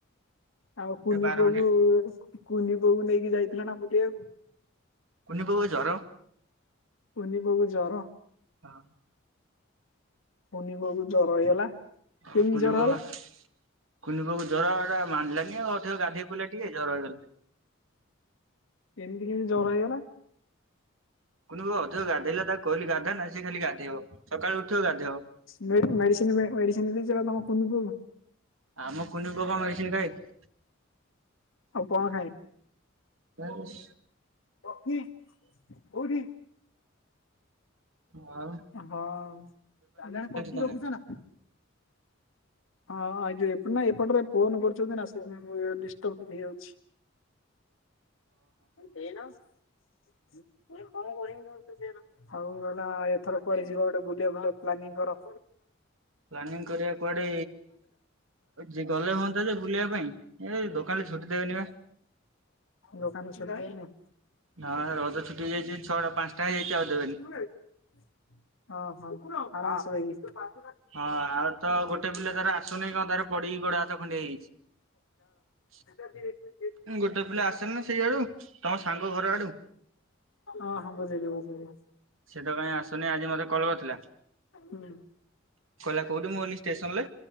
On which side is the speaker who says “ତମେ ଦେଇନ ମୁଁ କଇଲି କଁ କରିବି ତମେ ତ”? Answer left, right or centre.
Left